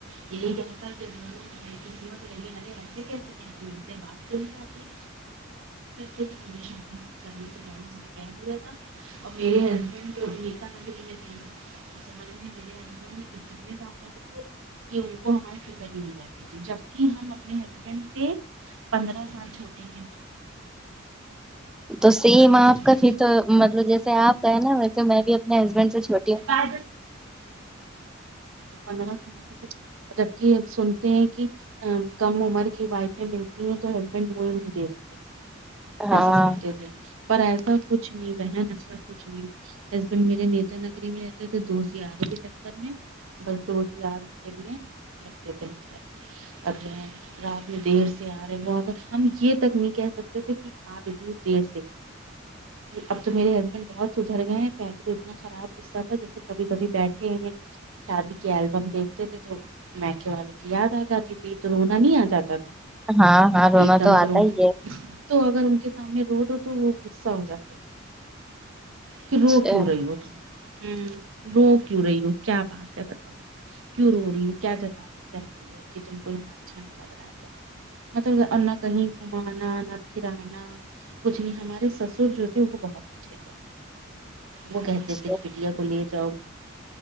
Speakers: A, on the right; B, in the centre.
A: یہی کہتا کہ ب قسمت رہی والے ایسے کیسے کہتی ان سے بات کرنی چاہتی پریش کرنے سے پہلے کہ دیا تھا اور میرے ہسبینڈ جو نیتا ندی لی تھے سبج آ نےتنے کہ ان کو ہماری فکر ہی مل جاتی تھی جبک ہم اپنے ہسبینڈ سے پندرہ سال چھوٹے ہیں
B: تو سیم
A: اپنے
B: آپ
A: ہسبینڈ
B: کا پھر تو مطلب جیسے آپ کا ہے نا ویسے میں بھی اپنے ہسبینڈ سے چھو
A: ہاں پر س ربی سنتے ہیں کہ کم عمر کی وائفیں ملتی ہیں تو ہسبینڈ وہ نہیں دیکھتے
B: ہاں
A: ایسا سنتے تھے پر ایسا کچھ نہیں بہن ایسا کچھ نہیں ہسبنڈ میرے نیتا نے ری میں رہتے تھ دو سیارے کے چکر میں بس دو سیار کے لیے رکھتے تھ مطلب اگرے رات میں دیر سے آ رہے وہاں پر ہم یہ تک نہیں کہہ سکتے تھے کہ آپ اتنی دیر سھے اب تو میرے ہسبینڈ بہت سدھر گئے ہیں پہلے تو اتنا خراب اسرح جیسے کبھی کبھی بیٹھے ہیں شادی کے البم دیکھتے تھے تو مکے والوں کی یاد آ جاتی تھی تو رونا نہیں آ جاتا تھا
B: ہاں ہا ں
A: کہ
B: رونا
A: ایک دم
B: تو
A: سے
B: آتا
A: رونا
B: ہی ہے
A: تو اگر ان کے سامنے رو دو تو وہ غصہ ہو جاتے تھے کہ رو
B: اچھا
A: کیوں رہی ہو تم ہوں رو کیوں رہی ہو کیا بات ہے بتاؤ کیوں رو رہی ہ کیا جتانا چاہتی ہے کہ تم کو یہاں اچھا نہیں لگ رہا ہے مطلب نہ کہیں گھمانا نہ پھرانا کچھ نہیں ہمارے سسر جو تھے وہ بہت اچھے تھے وہ کہتے
B: اچھا،
A: تھے بٹیا کو لے جاؤ